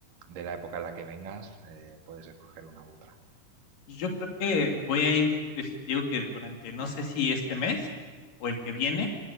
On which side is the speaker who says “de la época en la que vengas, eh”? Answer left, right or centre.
Right